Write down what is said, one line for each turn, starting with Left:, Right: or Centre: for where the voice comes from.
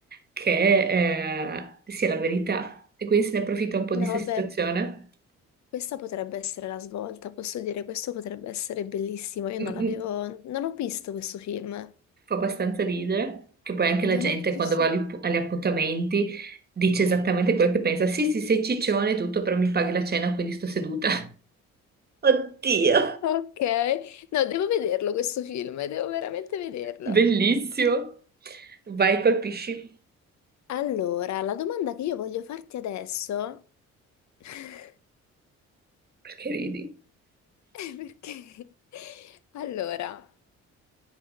Right: che eh, sia la verità. E quindi se ne approfitta un po' di
Left: No,
Right: questa
Left: vabbè,
Right: situazione.
Left: questa potrebbe essere la svolta. Posso dire, questo potrebbe essere bellissimo. Io
Right: Mm,
Left: non l'avevo.
Right: mm,
Left: Non ho visto questo film.
Right: Fa abbastanza ridere, che poi anche la
Left: Non
Right: gente
Left: ho visto.
Right: quando va agli, agli appuntamenti dice esattamente quello che pensa. Sì, sì, sei ciccione e tutto, però mi paghi la cena, quindi sto seduta. <laughs> Oddio.
Left: Ok. No, devo vederlo questo film, devo veramente vederlo.
Right: Bellissimo. Vai, colpisci.
Left: Allora, la domanda che io voglio farti adesso. <laughs>
Right: Perché ridi?
Left: è Perché? Allora.